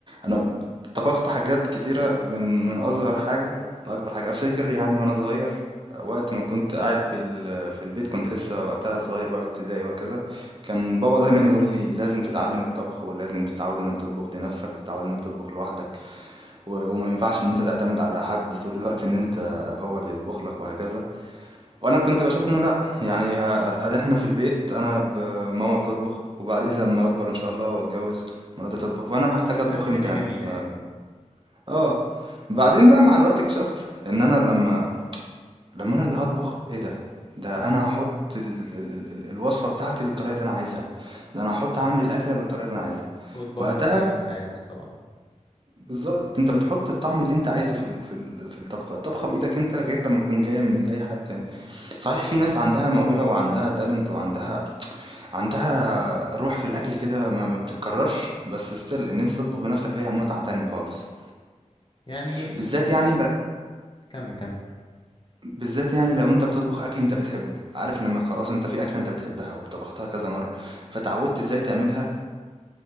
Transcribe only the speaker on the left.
فالدنيا
جميلة
يعني
وتبهر
زي ما انت عاوز طبعا
يعني
كمل كمل